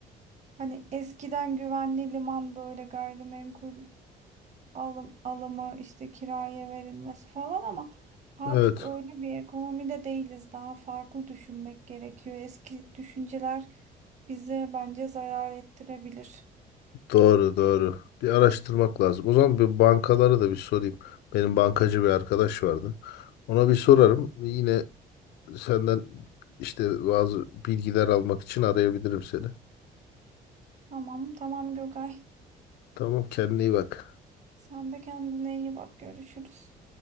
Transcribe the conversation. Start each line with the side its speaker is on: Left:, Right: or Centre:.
Right: Hani eskiden güvenli liman böyle gayrimenkul alım, alımı işte kiraya verilmesi falan ama artık
Left: evet
Right: öyle bir ekonomide değiliz. Daha farklı düşünmek gerekiyor. Eski düşünceler bize bence zarar ettirebilir.
Left: doğru doğru. Bir araştırmak lazım. O zaman bir bankalara da bir sorayım. Benim bankacı bir arkadaş vardı. Ona bir sorarım. Yine senden işte bazı bilgiler almak için arayabilirim seni.
Right: Tamam, tamam Gökay.
Left: Tamam kendine iyi bak.
Right: Sen de kendine iyi bak. Görüşürüz.